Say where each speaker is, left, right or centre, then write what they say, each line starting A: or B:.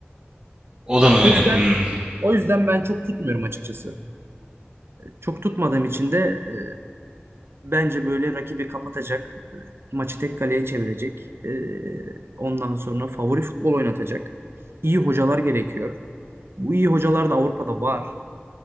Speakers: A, on the right; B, on the right.
A: o da mı
B: O
A: öyle?
B: yüzden
A: Hmm.
B: o yüzden ben çok tutmuyorum açıkçası. Çok tutmadığım için de e, bence böyle rakibi kapatacak, e, maçı tek kaleye çevirecek, e, ondan sonra favori futbol oynatacak. iyi hocalar gerekiyor. Bu iyi hocalar da Avrupa'da var.